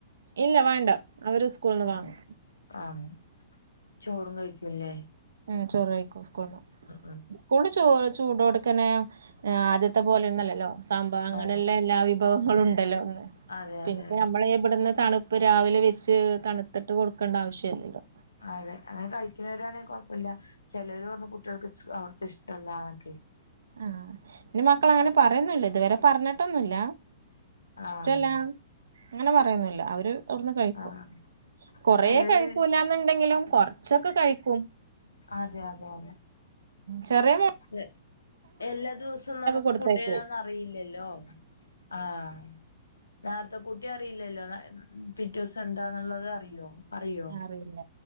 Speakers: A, on the right (about 75°); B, on the left (about 85°).
A: ഇല്ല വേണ്ട അവര് സ്കൂളിൽ നിന്ന്
B: ആഹ്
A: വാങ്ങും
B: ആഹ് ചോറും കഴിക്കുംല്ലേ
A: ഉം ചോറ് കഴിക്കും സ്കൂളിന്ന്
B: ഉം
A: സ്കൂള് ചോ ചൂടോടുക്കനെ ആഹ് ആദ്യത്തെ പോലെ ഒന്നല്ലല്ലോ സാമ്പാ അങ്ങനെല്ലയെല്ല
B: അതെ
A: വിഭവങ്ങളും ഉണ്ടല്ലോ ഒന്ന്
B: അതെ അതെ
A: പിന്നെ
B: അതെ
A: നമ്മള ഇവിടുന്ന് തണുപ്പ് രാവിലെ വെച്ച് തണുത്തിട്ട് കൊടുക്കേണ്ട ആവശ്യല്ലല്ലോ
B: അതെ അങ്ങനെ കഴിക്കുന്നവരാ ആണെങ്കിൽ കുഴപ്പമില്ല ചിലർ പറഞ്ഞ കുട്ടികൾക്ക് അവിടുത്തെ ഇഷ്ടല്ലാന്നൊക്കെ
A: ആഹ് ഇ മക്കള അങ്ങനെ പറയുന്നില്ല ഇതുവരെ പറഞ്ഞിട്ടൊന്നുമില്ല ഇഷ്ടല്ല
B: ആഹ്
A: അങ്ങനെ പറയുന്നില്ല അവര് അവിടുന്ന് കഴിക്കും
B: ആഹ്
A: കൊറേ
B: ചെലര്
A: കഴിക്കൂല്ലന്നുണ്ടെങ്കിലും കൊറച്ചൊക്കെ കഴിക്കും
B: അതെ അതെ അതെ
A: ചെറിയ മോ
B: ശ്ശേ എല്ലാ ദിവസവും നമുക്ക്
A: കൊടുത്തയക്കുവേ
B: ഫുഡ് ഏതാന്ന് അറിയില്ലല്ലോ ആഹ് നേരത്തെ കൂട്ടി അറിയില്ലല്ലോ പിറ്റേ ദിവസം എന്താന്നുള്ളത് അറിയോ പറയോ
A: അറിയില്ല